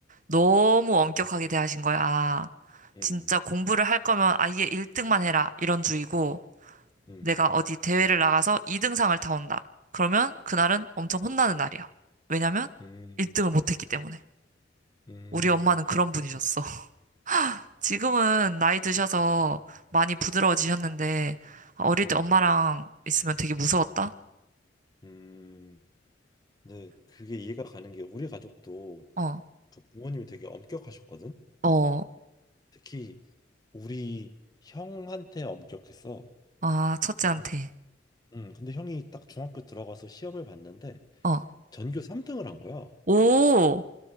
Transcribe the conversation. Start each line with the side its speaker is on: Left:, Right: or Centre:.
Right: 너무 엄격하게 대하신 거야. 아,
Left: 음,
Right: 진짜 공부를 할 거면 아예 1등만 해라. 이런 주의고,
Left: 음,
Right: 내가 어디 대회를 나가서 2등상을 타온다. 그러면 그날은 엄청 혼나는 날이야. 왜냐면
Left: 음,
Right: 1등을 못했기 때문에.
Left: 음,
Right: 우리 엄마는 그런 분이셨어. <laughs> 지금은
Left: 어,
Right: 나이 드셔서 많이 부드러워지셨는데, 어릴
Left: 음,
Right: 때 엄마랑 있으면 되게 무서웠다?
Left: 음. 근데 그게 이해가 가는 게 우리 가족도
Right: 어,
Left: 그 부모님이 되게 엄격하셨거든.
Right: 어,
Left: 특히 우리 형한테 엄격했어.
Right: 아, 첫째한테.
Left: 그래서, 음, 근데 형이 딱 중학교 들어가서 시험을 봤는데
Right: 어,
Left: 전교 3등을 한 거야.
Right: 오!